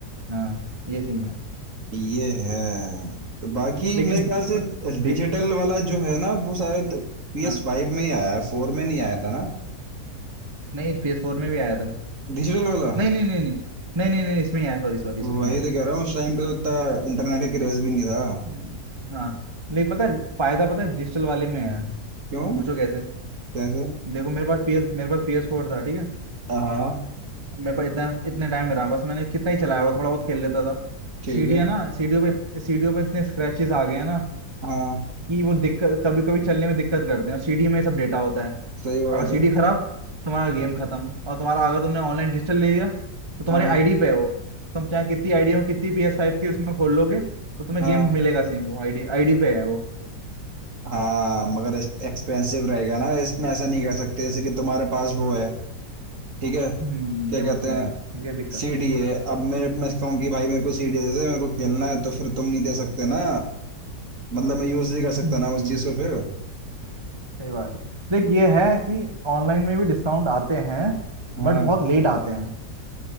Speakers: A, on the right; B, on the right.
A: हाँ ये चीज
B: ये है तो बाकी
A: लेकिन
B: मेरे ख्याल से
A: डि-
B: डिजिटल वाला जो है ना वो शायद पी
A: हाँ
B: एस फाइव में ही आया है, फोर में नहीं आया था ना
A: नहीं पी एस फोर में भी आया था
B: डिजिटल वाला
A: नहीं नहीं नहीं नहीं नहीं नहीं नहीं इसमें ही आया सॉरी सॉरी इसमें
B: वही
A: ही आया
B: तो कह रहा हूँ उस टाइम पे तो इतना इंटरनेट का क्रेज भी नहीं था
A: हम्म, हाँ लेकिन पता है, फायदा पता है डिजिटल वाले में है
B: क्यों
A: पूछो कैसे
B: कैसे
A: देखो मेरे पास पीएस मेरे पास पीएस फोर था ठीक है
B: हाँ
A: मेरे पास इतना इतने टाइम में रहा बस मैंने कितना ही चलाया हुआ थोड़ा बहुत खेल लेता था
B: ठीक
A: सीढ़ियाँ
B: है
A: ना सीढ़ियों पे सीढ़ियों पे इतने स्क्रैचेस आ गए हैं ना
B: हाँ
A: कि वो दिक्कत कभी कभी चलने में दिक्कत करते हैं और सीढ़ी में सब डेटा होता है
B: सही बात
A: अगर सीडी
B: है
A: खराब तुम्हारा गेम खत्म और तुम्हारा अगर तुमने ऑनलाइन डिजिटल ले लिया तो तुम्हारी
B: हाँ
A: आईडी पे है वो तुम चाहे कितनी आईडी में कितनी पी एस फाइव की उसमें खोल लोगे तो तुम्हें
B: हाँ
A: गेम मिलेगा सेम वो आईडी आईडी पे है वो
B: हाँ मगर एक्सपेंसिव रहेगा ना इसमें ऐसा नहीं कर सकते जैसे कि तुम्हारे पास वो है ठीक है
A: हम्म
B: क्या
A: ये
B: कहते
A: बात सही
B: हैं
A: है ये दिक्कत
B: सीडी है अब मैं मैं कहूँ कि भाई मेरे को सीडी दे दे मेरे को खेलना है तो फिर तुम नहीं दे सकते ना मतलब मैं यूज नहीं कर सकता
A: हम्म
B: ना उस चीज को फिर
A: सही बात है देख ये है कि ऑनलाइन में भी डिस्काउंट आते हैं
B: हाँ
A: बट बहुत लेट आते हैं